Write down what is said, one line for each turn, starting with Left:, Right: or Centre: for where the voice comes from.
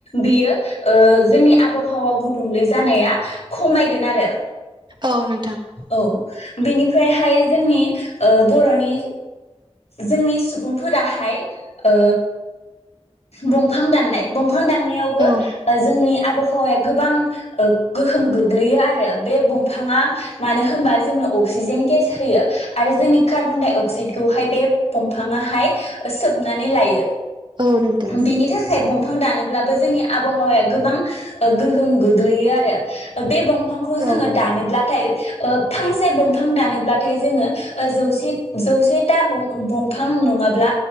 Left: बेयो जोंनिओ आबहावा गुबुंले जानाया खमायगोन आरो
Right: औ नोंथां
Left: औ बेनिफ्रायहाय जोंनि ओ बर'नि जोंनि सुबुंफोराहाय ओ दंफां दाननाय दं फां दान्ननायावबो
Right: औ
Left: जोंनि आब हावाया गोबां गोहोम गोग्लैयो आरो बे दंफाङा मानो होनबा जोंनो अक्सिजेन गेस होयो आरो जोंनि कार्बनडाइअक्साइदखौहाय बे दंफाङाहाय सोबनानै लायो
Right: औ नोंथां
Left: बिनिथाखाय बं फां दानोब्लाबो जोंनि आब'हावाया गोबां गोहोम गोग्लैयो आरो बे बंफांखौ
Right: औ
Left: जोङो दानोब्लाथाय ओ फांसे बंफां दानोब्लाथाय जोङो ओ जौसे जौसेथा बं बंफां नङाब्ला